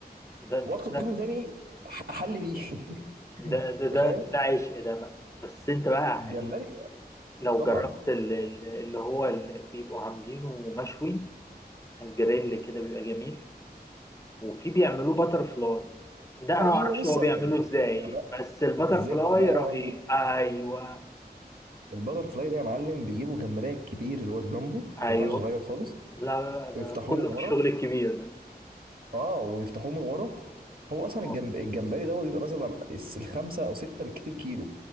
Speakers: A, on the left (about 20°); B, on the right (about 65°).
A: ده
B: واطلب
A: ده
B: كيلو تاني أح- احل بيه <laughs>
A: ده ده
B: انت
A: ده,
B: فاهم
A: ده عشق ده بقى بس انت بقى
B: الجمبري
A: لو
B: طبعا
A: جربت ال-
B: طبعا
A: ال- اللي هو اللي بيبقوا عاملينه مشوي على الجريل كده بيبقى جميل وفي بيعملوه باتر فلاي ده انا
B: ايوه
A: ما اعرفش
B: لسه
A: هو بيعمله
B: اقول لك
A: ازاي
B: بالزبده بقى
A: بس الباتر
B: بالزبده
A: فلاي
B: بقى
A: رهيب ايوه
B: البتر فلاي ده يا معلم بيجيبوا جمبريه كبير اللي هو الجامبو ما
A: ايوه
B: ينفعش صغير خالص
A: لا لا لا ده
B: ويفتحوه
A: كله
B: من ورا
A: بالشغل الكبير ده
B: اه ويفتحوه من ورا هو اصلا
A: اه
B: الجمب... الجمبري ده بيبقى مثلا الس- الخمسه او سته بالكتير كيلو